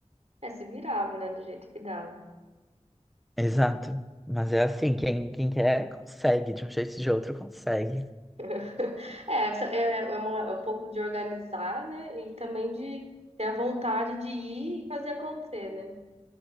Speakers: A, on the right; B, in the centre.
A: É, se virava, né? Do jeito que dava.
B: Exato. Mas é assim, quem, quem quer consegue, de um jeito ou de outro consegue.
A: <laughs> É, isso é, é uma- é um pouco de organizar, né? E também de ter a vontade de ir e fazer acontecer, né?